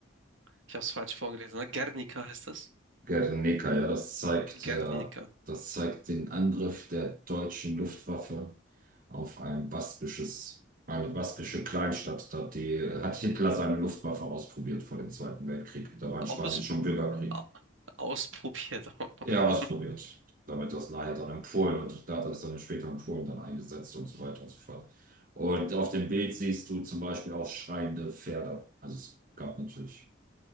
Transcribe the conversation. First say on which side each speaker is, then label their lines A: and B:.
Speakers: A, on the right (about 80°); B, on the right (about 45°).
A: Ich habe es falsch vorgelesen. Ne? Guernica heißt das.
B: Guernica, ja, das zeigt,
A: Guernica.
B: äh, das zeigt den Angriff der deutschen Luftwaffe auf ein baskisches, eine baskische Kleinstadt. Da hat die, hat Hitler seine Luftwaffe ausprobiert vor dem Zweiten Weltkrieg. Da war in Spanien
A: Aus,
B: schon Bürgerkrieg.
A: a- ausprobiert auch noch.
B: Ja, ausprobiert. Damit das nachher dann in Polen und da hat er es dann später in Polen dann eingesetzt und so weiter und so fort. Und auf dem Bild siehst du zum Beispiel auch schreiende Pferde. Also es gab natürlich.